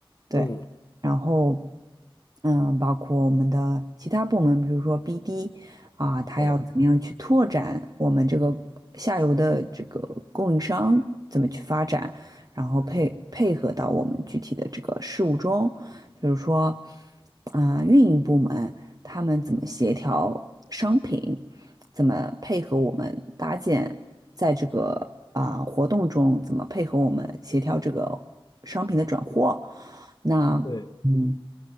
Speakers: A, on the right; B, on the left.
A: 对，
B: 嗯
A: 然后嗯，包括我们的其他部门，比如说 BD 啊、他要怎么样去拓展我们这个下游的这个供应商怎么去发展，
B: 嗯，
A: 然后配配合到我们具体的这个事务中，比如说啊、运营部门。他们怎么协调商品，怎么配合我们搭建，在这个啊、活动中怎么配合我们协调这个商品的转货。那嗯，
B: 对，